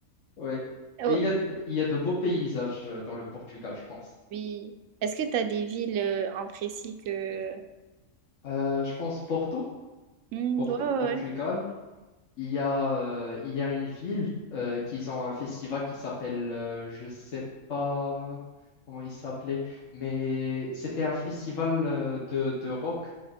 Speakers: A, on the left (about 75°); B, on the right (about 85°).
A: ouais.
B: Est-ce-
A: Et il y a, il y a de beaux paysages euh, dans le Portugal, je pense.
B: Oui. Est-ce que tu as des villes euh, en précis que...
A: Euh, je pense Porto,
B: Hmm,
A: Porto,
B: ouais, ouais,
A: Portugal. il y a, euh, il y a une ville euh, qu'ils ont un festival qui s'appelle, euh, je sais pas comment il s'appelait, mais c'était un festival euh, de, de rock